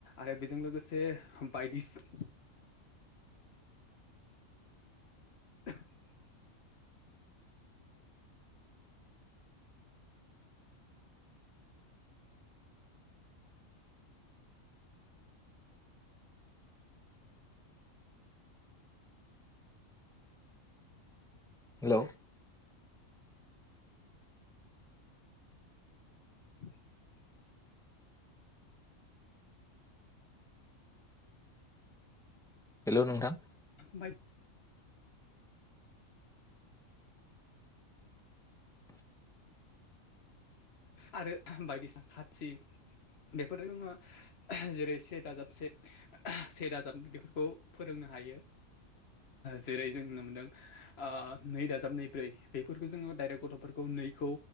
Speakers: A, on the left (about 50°); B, in the centre.
A: आरो बेजों लोगोसे बायदिसि <inaudible>
B: हेलौ।
A: <inaudible>
B: हेलौ नोंथां।
A: बाय आरो बायदिसिना खाथि बेफोरजों नङा जेरै से दाजाबसे सेर जाब बेफोरखौ फोरोंनो हायो जेरै जों नुनो मोन्दों। नै दाजाब नै ब्रै बेफोरखौ जोङो डाइरेक्ट गथ'फोरखौ नैखौ